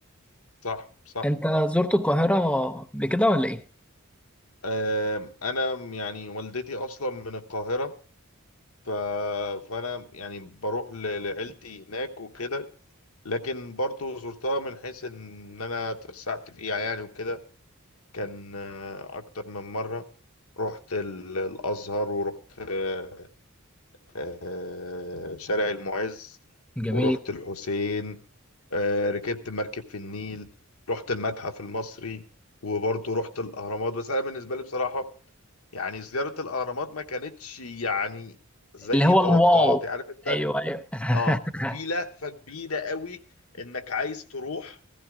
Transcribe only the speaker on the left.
صح صح
آم، انا يعني والدتي اصلا من القاهره ف... فانا يعني بروح ل... لعيلتي هناك وكده لكن برضو زرتها من حيث ان انا اتوسعت فيها يعني وكده كان آه، أكتر من مرة رحت ال- الأزهر ورحت آه، آه، شارع المعز
ورحت الحسين آه، ركبت مركب في النيل رحت المتحف المصري وبرضه رحت الأهرامات بس أنا بالنسبة لي بصراحة يعني زيارة الأهرامات ما كانتش يعني زي
توقعاتي
عارف أنت
آه في لهفة كبيرة قوي إنك عايز تروح